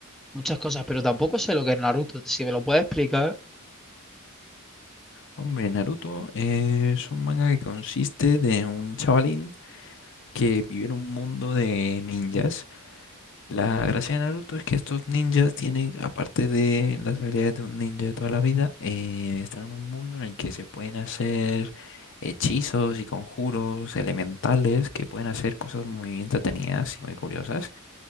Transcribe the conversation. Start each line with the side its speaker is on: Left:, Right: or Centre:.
Centre: muchas cosas, pero tampoco sé lo que es Naruto, si me lo puedes explicar.
Left: Hombre, Naruto es un manga que consiste de un chavalín que vive en un mundo de ninjas La gracia de Naruto es que estos ninjas tienen, aparte de las habilidades de un ninja de toda la vida, eh, están en un mundo en el que se pueden hacer hechizos y conjuros elementales que pueden hacer cosas muy entretenidas y muy curiosas.